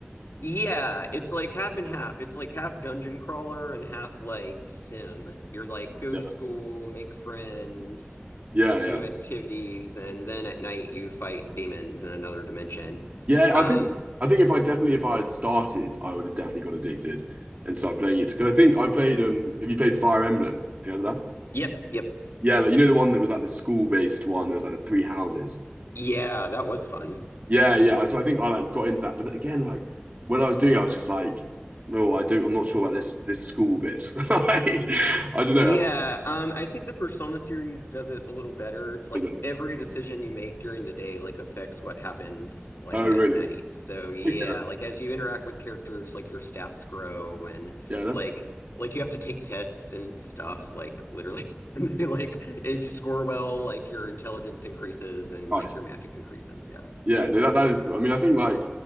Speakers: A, on the left; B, on the right.
A: Yeah, it's like half and half. It's like half dungeon crawler and half like sim. You're like go
B: <laughs>
A: to school, make friends,
B: Yeah, yeah,
A: do
B: yeah.
A: activities, and then at night you fight demons in another dimension.
B: Yeah,
A: Um,
B: I think I think if I definitely if I had started, I would have definitely got addicted and started playing it because I think I played um have you played Fire Emblem? Have you heard of that?
A: yep, yep.
B: Yeah, like, you know the one that was like the school-based one, there was like the three houses.
A: Yeah, that was fun.
B: Yeah, yeah. So I think I like got into that, but again, like when I was doing it, I was just like, no, I do. I'm not sure about this this school bit. <laughs> Like, I don't
A: Yeah,
B: know. That
A: um, I think the Persona series does it a little better. It's like
B: was it.
A: every decision you make during the day like affects what happens like
B: Oh, really?
A: at night. So yeah,
B: Okay, that's-
A: like as you interact with characters, like your stats grow and
B: yeah, that's
A: like like you have to take tests and stuff, like literally <laughs> And they, like if you score well, like your intelligence increases and
B: nice.
A: like your magic increases. Yeah.
B: Yeah, no, that that is cool. I mean, I think like